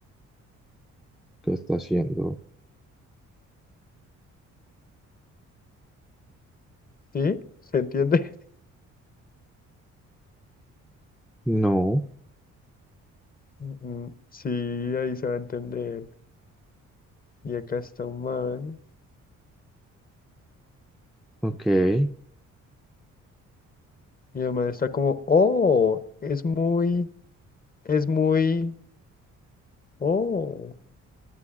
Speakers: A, in the centre; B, on the left.
A: ¿qué está haciendo?
B: ¿Sí? ¿Se entiende? <laughs>
A: No,
B: Mm, mm, Sí, ahí se va a entender. Y acá está un man.
A: ok. Eh,
B: Y el man está como, oh, es muy, es muy, oh,